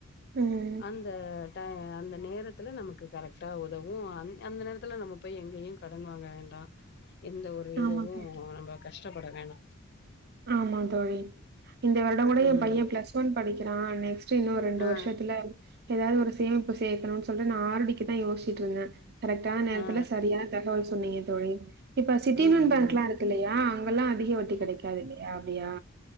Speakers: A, on the right; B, on the left.
A: ம்
B: அந்த ட அந்த நேரத்துல நமக்கு கரெட்டா உதவும் அ அந்த நேரத்துல நம்ம போய் எங்கயோ கடன் வாங்க வேண்டா எந்த ஒரு
A: ஆமா
B: இதுவோ
A: தோழி
B: நம்ப கஷ் கஷ்டப்பட வேணா
A: ஆமா தோழி இந்த வருட கூட
B: ம்
A: என் பையன் ப்ளஸ் ஒன் படிக்கிறான் நெக்ஸ்ட் னும் ரெண்டு
B: ஆ
A: வருஷத்துல ஏதாவது ஒரு சேமிப்பு சேக்கணுன் சொல்ட்டு நா ஆரடிக்குதா யோசிச்சிட்டு இருந்தே கரெக்ட்டான நேரத்துல
B: ஆ
A: சரியான தகவல் சொன்னீங்க தோழி இப்ப சிட்டினு
B: ம்
A: லோன் பேங்க்
B: ம்
A: எல்லா இருக்கு இல்லயா அங்கெல்லா அதிக வட்டி கிடைக்க கதுல்லையா அப்டியா